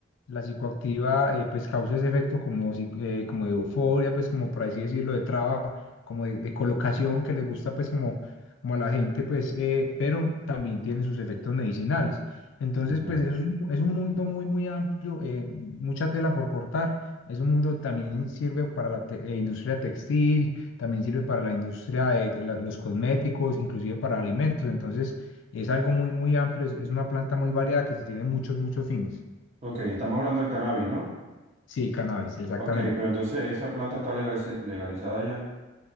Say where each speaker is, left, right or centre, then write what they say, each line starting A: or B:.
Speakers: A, on the left; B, on the right.
A: la psicoactiva eh, pues causa ese efecto como, si- eh, como de euforia, pues como por así decirlo, de traba, como de, de colocación que les gusta pues como, como a la gente, pues, eh, pero también tiene sus efectos medicinales. Entonces,
B: ya.
A: pues es un, es un mundo muy, muy amplio, eh, mucha tela por cortar. Es un mundo también sirve para la te- eh, industria textil, también sirve para la industria de la- los cosméticos, inclusive para alimentos. Entonces, es algo muy, muy amplio, es, es una planta muy variada que tiene muchos, muchos fines.
B: Ok, estamos hablando del cannabis, ¿no?
A: Sí, cannabis, exactamente.
B: Ok, pero entonces esa planta está legaliz- legalizada ya.